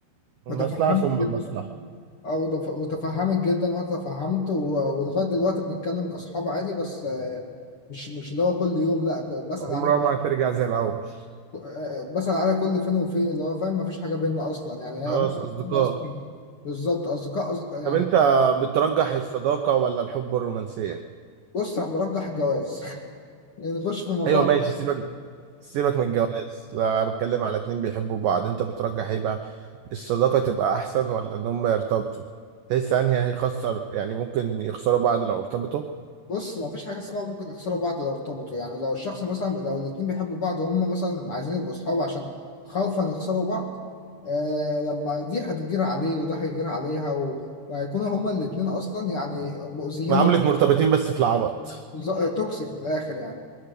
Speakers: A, on the right (about 85°); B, on the left (about 50°).
A: المصلحة
B: وتفهمت
A: ثم
B: جدا
A: المصلحة
B: او دف- وتفهمت جدا وانا تفهمت و- ولغايه دلوقتي بنتكلم كاصحاب عادي بس آه، مش مش اللي هو كل يوم لا ك- بسال
A: عمرها
B: عليك
A: ما هترجع زي الاول
B: آه، بسال عليك كل فين وفين اللي هو فاهم مفيش حاجه بيننا اصلا يعني هي
A: خلاص
B: ممكن
A: أصدقاء
B: تكون اصلا بالظبط اصدقاء أصدقاء يعني
A: طب انت بترجح الصداقه ولا الحب الرومانسيه
B: بص أنا برجح الجواز <laughs> نخش في الموضوع
A: ايوه ماشي سيبك سيبك من الجواز لا أنا بتكلم على اتنين بيحبوا بعض انت بترجح ايه بقى الصداقة تبقى احسن ولا ان هم يرتبطوا تحس انهي هيخسر يعني ممكن يخسروا بعض لو ارتبطوا
B: بص ما فيش حاجه اسمها ممكن يخسروا بعض لو ارتبطوا يعني لو الشخص مثلا لو الاتنين بيحبوا بعض وهم مثلا عايزين يبقوا صحاب عشان خوفا يخسروا بعض آه لما دي هتجير عليه وده هيجير عليها و- وهيكونوا هما الاتنين اصلا يعني مؤذيين
A: معاملة
B: لب-
A: مرتبطين بس في العبط
B: ز- توكسيك من الاخر يعني